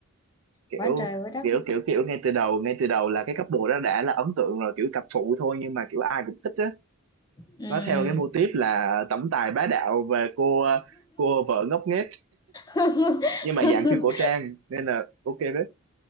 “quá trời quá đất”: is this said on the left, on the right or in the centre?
Left